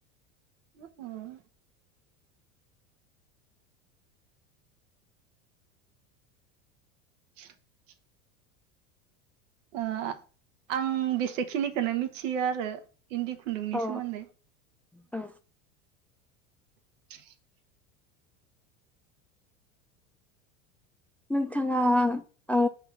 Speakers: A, on the right (about 70°); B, in the centre.
A: ओ। <inaudible> ओ आं बेसेखिनिखौनो मिथियो आरो इन्दि खुन्दुंनि
B: औ
A: सोमोन्दै।
B: औ
A: <inaudible>
B: नोंथाङा ओ